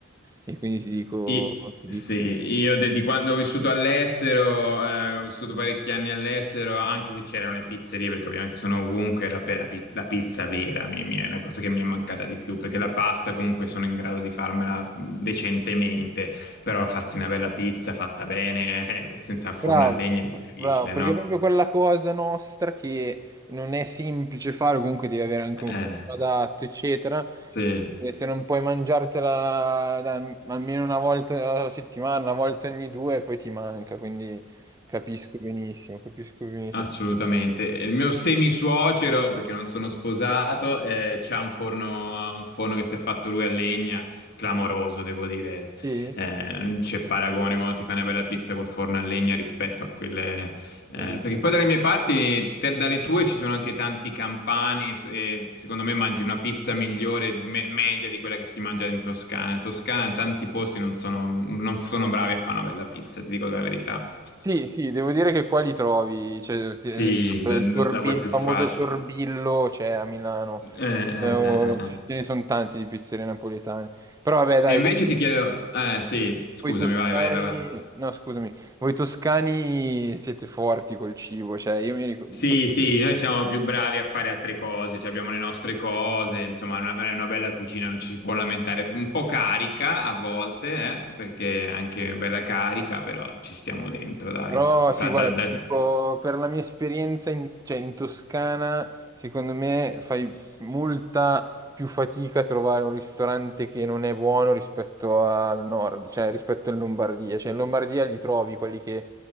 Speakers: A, on the right (about 15°); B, on the left (about 50°).
A: E quindi ti dico,
B: I-
A: ti
B: sì,
A: dico pizza.
B: io de- di quando ho vissuto all'estero, eh, ho vissuto parecchi anni all'estero, anche se c'erano le pizzerie, perché ovviamente sono ovunque, la, pe- la pi- la pizza vera mi- mi è la cosa che mi è mancata di più, perché la pasta comunque sono in grado di farmela mh, decentemente, però farsi una bella pizza fatta bene, eh, senza il forno
A: Bravo,
B: a legna è difficile,
A: bravo, perché
B: no?
A: è proprio quella cosa nostra che non è semplice fare, comunque devi avere anche un
B: Eh,
A: forno adatto, eccetera.
B: sì.
A: E se non puoi mangiartela da- almeno una volta alla settimana, una volta ogni due, poi ti manca, quindi capisco benissimo, capisco benissimo.
B: Assolutamente. Il mio semisuocero, perché non sono sposato, eh, c'ha un forno, un forno che si è fatto lui a legna, clamoroso, devo dire.
A: Sì?
B: Eh, non c'è paragone quando ti fai una bella pizza col forno a legna rispetto a quelle... eh,
A: E lì-
B: perché poi dalle mie parti, te- dalle tue ci sono anche tanti campani s- e secondo me mangi una pizza migliore, me- media di quella che si mangia in Toscana. In Toscana tanti posti non sono, non sono bravi a fare una bella pizza, ti dico la verità.
A: Sì, sì, devo dire che qua li trovi, cioè, ti-
B: Sì,
A: ad esempio,
B: n-
A: il sorbi-
B: n- la vuoi
A: il
B: più
A: famoso
B: facile.
A: sorbillo c'è a Milano,
B: Eh, eh,
A: Eh, o-
B: eh,
A: ce
B: eh.
A: ne sono tanti di pizzerie napoletane. Però vabbè, dai,
B: E invece ti chiedo, eh sì, scusami,
A: Voi toscani,
B: vai, vai, vai, vai.
A: no, scusami, voi toscani siete forti col cibo, cioè io mi ricordo,
B: Sì, sì, noi siamo più bravi a fare altre cose, cioè abbiamo le nostre cose, insomma, è una, è una bella cucina, non ci si può lamentare. Un po' carica a volte, eh, perché è anche bella carica, però ci stiamo dentro, dai.
A: Però sì,
B: Fra-
A: guarda,
B: da- da-
A: ti dico, per la mia esperienza in, cioè, in Toscana, secondo me fai molta più fatica a trovare un ristorante che non è buono rispetto al nord, cioè rispetto in Lombardia. Cioè in Lombardia li trovi quelli che